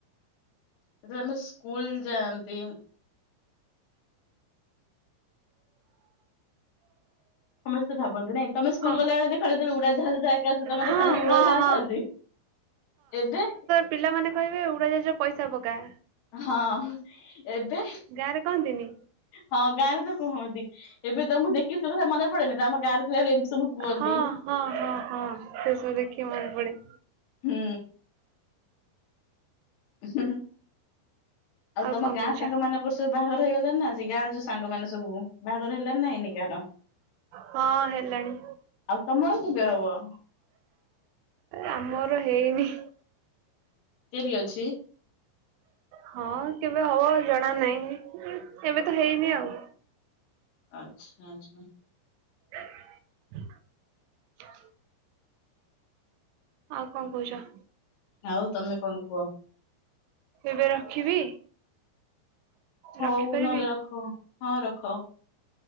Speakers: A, on the left; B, on the right.
A: ଯେତେବେଳେ ଆମେ ସ୍କୁଲ ଯାଆନ୍ତି। ସମସ୍ତେ ଭାବନ୍ତି ନାଁଇ। ତମ ସ୍କୁଲ
B: କ
A: ଗଲାବେଳେ ଦେଖ ଯେତେବେଳେ ଉଡାଯାହାଜ ଯାଏ। ମେ
B: ହଁ
A: ଖାନ ଉୁଡା
B: ହଁ
A: ଯାସଛି
B: ହଁ।
A: ଏବେ <inaudible>
B: ପିଲାମାନେେ କହିବେ ଉଡାଯାହଜ ପଇସା ପକା।
A: ହଁ ଏବେ।
B: ଗାଁରେ କହନ୍ତିନି
A: ହଁ ଗାଁ ରେ ତ କୁହନ୍ତି, ଏବେ ତମକୁ ଦେଖିକି ସବୁ କଥା ମନେ ପଡେନି ଆମ ଗାଁରେ ଥିଲାବେଳେ ଏମିତି ସବୁ କୁହନ୍ତି
B: ହଁ ହଁ ହଁ ହଁ ସେସବୁ ଦେଖିକି ମନେ ପଡେ।
A: ହୁଁ ହଁ ହ ଆଉ ତମ
B: କଣ
A: ଗାଁ
B: କହୁଛ
A: ସାଙ୍ଗ ମାନଙ୍କର ସବୁ ବାହାର ହେଇଗଲାଣି ନା। ସେ ଗାଁ ଯୋଉ ସାଙ୍ଗ ମାନେ ସବୁ ବାହାଘର ହେଲାଣି ନା ହେଇନି କାହାର?
B: ହଁ ହଁ ହେଲାଣି।
A: ଆଉ ତମର କେବେ ହବ?
B: ଆମର ହେଇନି।
A: ଡେରି ଅଛି।
B: ହଁ କେବେ ହବ ଜଣା ନାହିଁ ଏବେ ତ ହେଇନି ଆଉ।
A: ଆଛା ଆଛା।
B: <inaudible> ଆଉ କଣ କୋହୁଚ?
A: ଆଉ ତମେ କଣ କୁହ।
B: ଏବେ ରଖିବି?
A: ହୋଉ
B: ରଖିପାରିବି
A: ନହେଲେ ରଖ ହଁ ରଖ